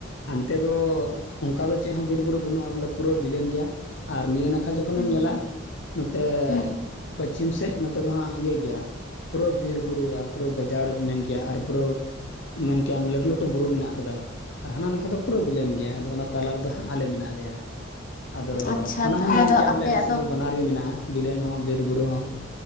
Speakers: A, on the left; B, on the left.
A: ᱦᱟᱱᱛᱮ ᱫᱚ ᱚᱱᱠᱟ ᱫᱚ ᱪᱮᱫ ᱦᱚᱸ ᱵᱤᱨᱵᱩᱨᱩ ᱵᱟᱹᱱᱩᱜᱼᱟ ᱵᱚᱞᱮ ᱯᱩᱨᱟᱹ ᱵᱤᱞᱚᱱ ᱜᱮᱭᱟ ᱟᱨ ᱱᱤᱭᱟᱹ ᱱᱟ ᱟᱨ ᱡᱚᱠᱷᱚᱱᱮᱢ
B: ᱦᱩᱸ
A: ᱧᱮᱞᱟ ᱱᱚᱛᱮ
B: ᱦᱩᱸ
A: ᱯᱚᱪᱷᱤᱢ ᱥᱮᱫ ᱱᱚᱛᱮ ᱫᱚ ᱦᱟᱸᱜ ᱤᱭᱟᱹ ᱜᱮᱭᱟ ᱯᱩᱨᱟᱹ ᱵᱤᱨ ᱵᱩᱨᱩ ᱟᱨ ᱯᱩᱨᱟᱹ ᱜᱟᱡᱟᱲ ᱢᱮᱱ ᱠᱮᱭᱟ ᱟᱨ ᱯᱩᱨᱟᱹ ᱢᱮᱱ ᱠᱮᱭᱟᱢ ᱞᱟᱹᱴᱩ ᱞᱟᱹᱴᱩ ᱵᱩᱨᱩ ᱢᱮᱱᱟᱜ ᱟᱠᱟᱫᱟ᱾ ᱟᱨ ᱦᱟᱱᱟ ᱱᱟᱝᱠᱷᱟ ᱫᱚ ᱯᱩᱨᱟᱹ ᱵᱤᱞᱚᱱ ᱜᱮᱭᱟ ᱟᱫᱚ ᱚᱱᱟ ᱛᱟᱞᱟ ᱨᱮᱫᱚ ᱦᱟᱸᱜ ᱟᱞᱮ ᱢᱮᱱᱟᱜ ᱞᱮᱭᱟ ᱟᱫᱚ
B: ᱟᱪᱪᱷᱟ
A: ᱚᱱᱟ
B: ᱛᱟᱦᱚᱞᱮ
A: ᱦᱚᱸᱧ ᱢᱮᱱ
B: ᱫᱚ
A: ᱠᱮᱭᱟ
B: ᱟᱯᱮᱭᱟᱜ
A: ᱵᱚᱞᱮ ᱟᱞᱮ ᱥᱮᱫ ᱫᱚ ᱵᱟᱱᱟᱨ ᱜᱮ ᱢᱮᱱᱟᱜᱼᱟ ᱵᱤᱞᱮᱱ ᱦᱚᱸ ᱵᱤᱨ ᱵᱩᱨᱩ ᱦᱚᱸ